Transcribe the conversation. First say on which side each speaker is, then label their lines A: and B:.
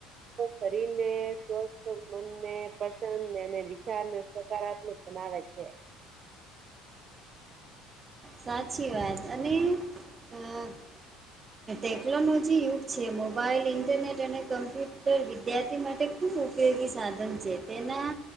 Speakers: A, on the right; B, on the right.
A: શરીર ને સ્વસ્થ મનને પ્રસન્નને વિચાર ને સકારાત્મક બનાવે છેે
B: સાચી વાત અને અ ટેકનોલોજી યુગ છે મોબાઈલ ઇન્ટરનેટ અને કમ્પ્યુટર વિદ્યાર્થી માટે ખૂબ ઉપયોગી સાધન છે તેના